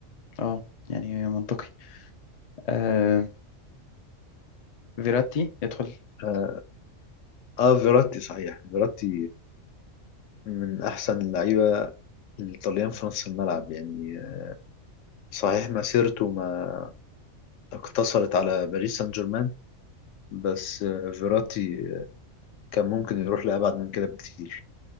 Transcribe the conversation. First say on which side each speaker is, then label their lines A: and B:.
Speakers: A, on the left (about 45°); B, on the left (about 75°).
A: اه يعني منطقي آه فيراتي يدخل
B: اه آه، فيراتي صحيح فيراتي من احسن اللعيبه الايطاليان في نص الملعب يعني آه، صحيح مسيرته ما اقتصرت على باريس سان جيرمان بس آه، فيراتي كان ممكن يروح لأبعد من كده بكتير